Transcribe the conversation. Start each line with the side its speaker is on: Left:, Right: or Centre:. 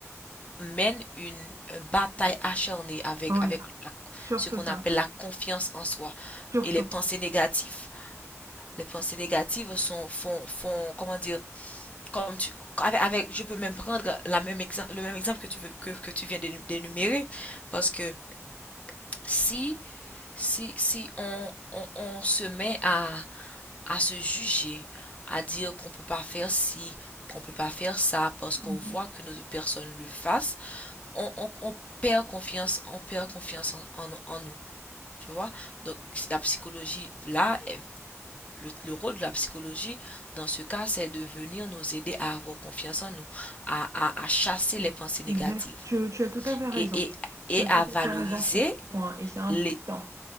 Left: mènent une, une bataille acharnée avec,
Right: oui,
Left: avec la-
Right: surtout
Left: ce qu'on
Right: ça.
Left: appelle la confiance en soi
Right: Surtout.
Left: et les pensées négatives. Les pensées négatives sont, font, font, comment dire, comme tu, avec, avec- je peux même prendre la même exemple, le même exemple que tu veux, que, que tu viens d'énu- d'énumérer, parce que si, si, si on, on, on se met à, à se juger, à dire qu'on peut pas faire ci, qu'on peut pas faire ça, parce
Right: Mhm.
Left: qu'on voit que nos personnes le fassent, on, on, on perd confiance, on perd confiance en, en, en nous, tu vois? Donc la psychologie là le, le rôle de la psychologie dans ce cas, c'est de venir nous aider à avoir confiance en nous, à, à- à chasser les pensées
Right: Exact.
Left: négatives
Right: Tu, tu as tout à fait raison.
Left: et, et, et
Right: Tu as
Left: à
Right: tout
Left: valoriser
Right: à fait raison sur ce point et c'est important.
Left: les,